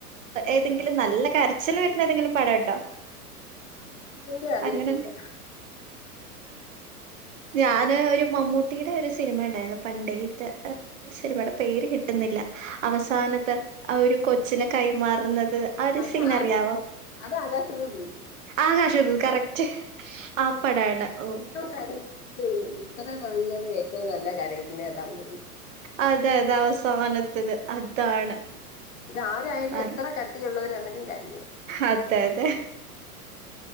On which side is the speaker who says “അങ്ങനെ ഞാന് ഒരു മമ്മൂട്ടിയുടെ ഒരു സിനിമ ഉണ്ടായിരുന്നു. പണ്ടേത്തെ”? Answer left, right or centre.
Right